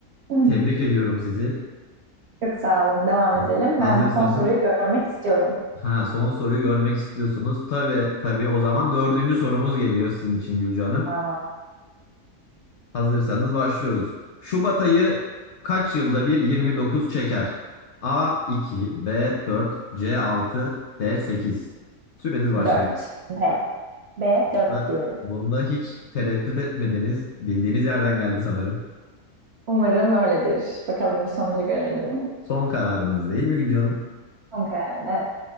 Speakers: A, on the right; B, on the left.
A: <clears throat>
B: Tebrik
A: Hmm.
B: ediyorum sizi.
A: Çok sağ olun. Devam
B: Haz-
A: edelim.
B: Hazırsanız
A: Ben son soruyu görmek istiyorum.
B: ha son soruyu görmek istiyorsunuz. Tabii tabii o zaman dördüncü sorumuz geliyor sizin için Gülce Hanım.
A: Tamam.
B: Hazırsanız başlıyoruz. Şubat ayı kaç yılda bir 29 çeker? A 2, B 4, C 6, D 8. Süreniz başladı.
A: Dört. B. B dört
B: Bunda,
A: diyorum.
B: bunda hiç tereddüt etmediniz. Bildiğiniz yerden geldi sanırım.
A: Umarım öyledir. Bakalım bir sonucu görelim.
B: Son kararınız değil mi Gülce Hanım?
A: Son kararım. Evet.